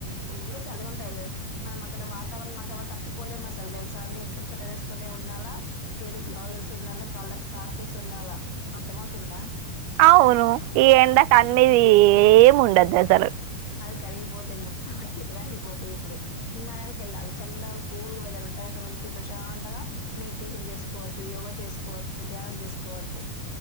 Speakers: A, on the left; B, on the right.
A: పుల్ చలి ఉంటది కదా మనం అక్కడ వాతావరణం మనం అక్కడ తట్టుకోలేము అసలు తెలుసా నేను ఎప్పుడు స్వెటర్ వేసుకునే ఉండాలా చేతి గ్లౌజెస్ ఉండాలా కాళ్ళకి సాక్సెస్ ఉండాలా అర్ధమవుతుందా
B: అవును ఈ ఎండకు అన్నీ ఏమి ఉండదు అసలు
A: అవి కరిగిపోతాయి మొత్తం అటు ఇటు అయిపోతాయి ఇప్పుడు హిమాలయాలకు వెళ్ళాలి చల్లగా కూల్గా వెదర్ ఉంటది అడ మంచి ప్రశాంతంగా మెడిటేషన్ చేసుకోవచ్చు యోగ చేసుకోవ ధ్యానం చేసుకో కోవచ్చు